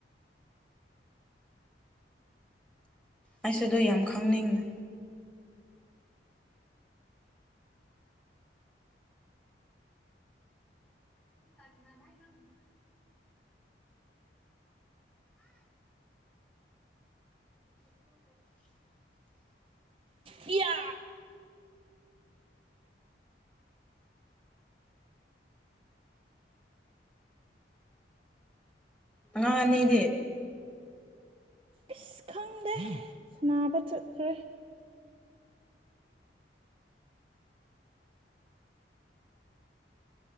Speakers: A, in the centre; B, on the right.
A: ꯑꯩꯁ ꯑꯗꯨ ꯌꯥꯝ ꯈꯪꯅꯤꯡꯉꯤ <inaudible> <inaudible>
B: ꯏꯌꯥ
A: <inaudible> ꯅꯣꯏꯅꯤꯗꯦ
B: ꯏꯁ ꯈꯪꯗꯦ ꯁꯅꯥꯕ ꯆꯠꯈ꯭ꯔꯦ